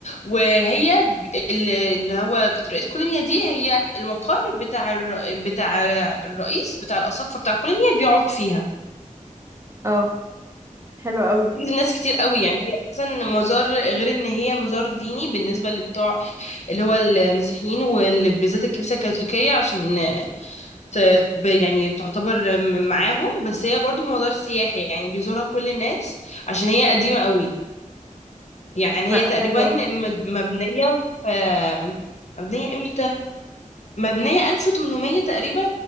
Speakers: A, on the left; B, on the right.
A: وهي ب- ال- اللي هو كاتدرائية كولينيا دي هي المقر بتاع الر... بتاع الرئيس بتاع الاساقفه بتاع كولينيا بيقعد فيها
B: اه حلو قوي
A: بيجذب ناس كتير قوي يعني هي اساسا مزار غير ان هي مزار ديني بالنسبه لبتوع اللي هو المسيحيين وبالذات الكنيسه الكاثوليكيه عشان ت... ب- يعني تعتبر م- معاهم بس هي برضو مزار سياحي يعني بيزورها كل الناس عشان هي قديمه قوي يعني
B: لا
A: هي تقريبا
B: حلو قوي
A: مد- مبنية في مبنية امتى؟ مبنية 1800 تقريبا